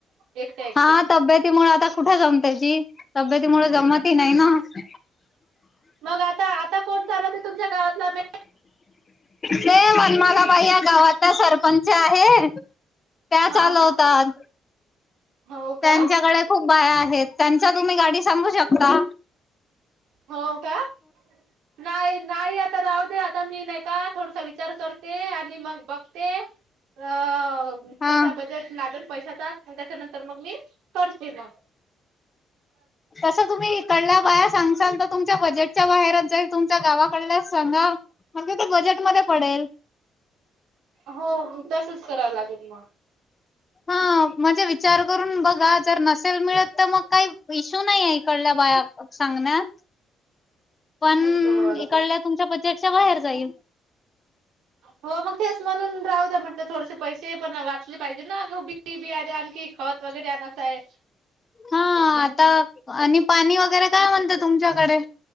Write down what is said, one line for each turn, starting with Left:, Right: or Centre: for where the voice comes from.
Right: एकट्या एकट्या
Left: हा तब्येती मुळ आता कुठे जमते जी, तब्येती मुळ जमत ही नाही ना. <inaudible>
Right: मग आता आता कोण चालवते तुमच्या गावातला मे
Left: ते मनमालाबाई या गावाचा सरपंच आहे. काय
Right: हा
Left: चालू
Right: हा
Left: होतात.
Right: हा हो
Left: त्यांच्याकडे
Right: का
Left: खूप बाया आहेत, त्यांच्या तुम्ही गाडी सांगू शकता.
Right: हो का? नाही नाही आता राह दे आता मी नाही का थोडसा विच विचार करते आणि मग बघते, अ कसा
Left: हा.
Right: बजेट लागेल पैशाचा, त्याच्यानंतर मग मी करते म.
Left: कसं तुम्ही इकडल्या बाया सांगशाल त तुमच्या बजेट च्या बाहेरच तुमच्या गावाकड सांगा, म्हणजे ते बजेटमध्ये पडेल.
Right: हो तसच करावं लागेल म.
Left: हा म्हणजे विचार करून बघा, जर नस मिळत तर मग काही इशू नाहीय, कडल्या बाया सांगण्यात. पण
Right: बरं
Left: इकडल्या
Right: बर
Left: तुमच्या बजेटच्या बाहेर जाईल.
Right: हो मग तेच म्हणून राहू द्या म्हटलं, थोडसे पैसे पण वाचले पाहिजे ना, बि बियाे आणखी खत वगैरे आणायचं आहे.
Left: हा आता आणि पाणी वग वगैरे काय म्हणत तुमच्याकडे.